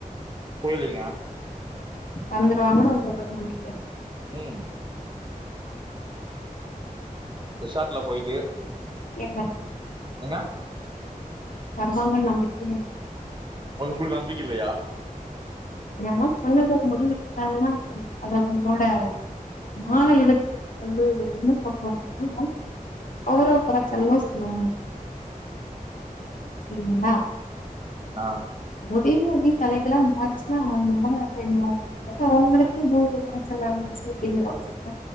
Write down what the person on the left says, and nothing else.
தந்துருவாங்கன்னு உங்களுக்கு ஒரு நம்பிக்கை
என்ன
தருவாங்கனு நம்பிக்கையேல்
ஏன்னா பல்லது ஒரு முடிவு எடுத்தாங்கன்னா அத அவங்களோட மான இடுத்து வந்து என்ன பண்ணுவாங்கன்னா கௌரவ கெரச்சலையு சொல்லுவாங்க செரிங்களா
திமுதி தலைகளா மார் ஆ அவம நடமுற தெரியு என் அவுங்களு பூ உச்சல் ஆயிடுச்சு அப்டிங்கிற வட்சத்துல